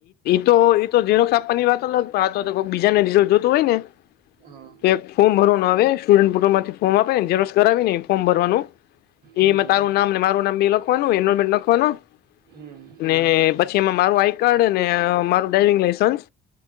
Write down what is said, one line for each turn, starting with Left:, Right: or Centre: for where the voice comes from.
Left: તો એ તો જેરોક્ષ આપવાની વાત અલગ પણ આ તો બીજાને રિઝલ્ટ જોતું હોય ને
Right: હા
Left: તો એક ફોરમ ભરવાનું આવે સ્ટુડન્ટ પ્રોટલ માંથી ફોર્મ આપે ને ઝેરોક્ષ કરાવી ને ફોર્મ ભરવાનું.
Right: સમજી
Left: એ તારું
Right: ગયો
Left: નામ મારું નામ લખવાનું એલમેન્ટ લખવાનું
Right: હમ
Left: પછી પછી એમાં મારું આઈ કાર્ડ અને મારું ડ્રાઈવિંગ લાઈસન્સ